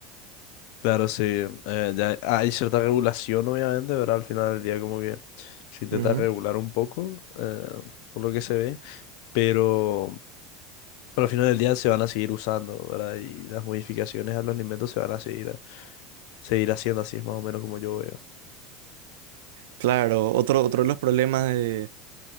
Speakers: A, on the left (about 65°); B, on the right (about 85°).
A: Claro, sí, eh, ya hay cierta regulación obviamente, pero al final del día como que se intenta
B: Ujú.
A: regular un poco, eh, por lo que se ve, pero, pero al final del día se van a seguir usando, ¿verdad? Y las modificaciones a los alimentos se van a seguir, a- seguir haciendo, así es más o menos como yo veo.
B: Claro, otro, otro de los problemas de